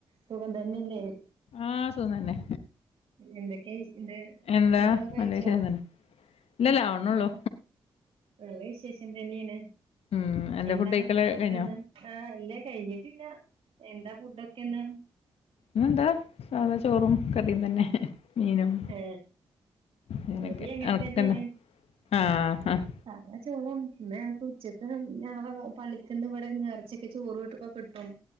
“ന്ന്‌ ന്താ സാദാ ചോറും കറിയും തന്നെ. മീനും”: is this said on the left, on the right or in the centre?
Left